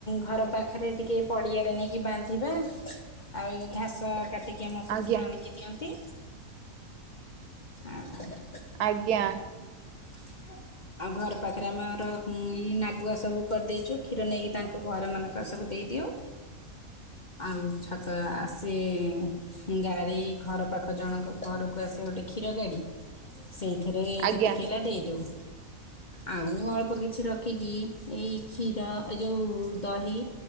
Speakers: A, on the left; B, on the right.
A: ଘର ପାଖରେ ଟିକେ ପଡିଆରେ ନେଇକି ବାନ୍ଧିବା। ଆଉ ଘାସ କାଟିକି ଆମ ଶଶୁର
B: ଆଜ୍ଞା
A: ଆଣିକି ଦିଅନ୍ତି। ଆଉ
B: ଆଜ୍ଞା।
A: ହ <inaudible> ଆଉ ଘର ପାଖେରେ ଆମର ନାଗୁଆ ସବୁ କରିଦେଇଚୁ କ୍ଷୀର ନେଇକି ତାଙ୍କୁ ଘରମାନଙ୍କ ସବୁ ଦେଇଦିଉ।
B: ହଁ <inaudible>
A: ଆଉ ଛକ ଆସେ ଗାଡ଼ି ଘର ପାଖ ଜଣଙ୍କ ଘରକୁ ଆସେ ଗୋଟେ କ୍ଷୀର ଗାଡ଼ି। ସେଇଥିରେ
B: ଆଜ୍ଞା
A: ଯେତିକି ହେଲା ଦେଇଦଉ ଆଉ ଅଳ୍ପ କିଛି ର ରଖିକି ଏଇ କ୍ଷୀର ଏ ଯେଉ ଦହି